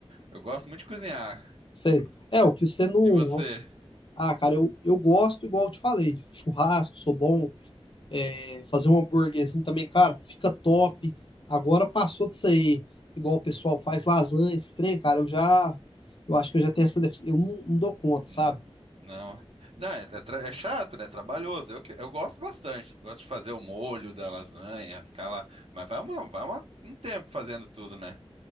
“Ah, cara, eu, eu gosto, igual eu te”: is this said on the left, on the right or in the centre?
Left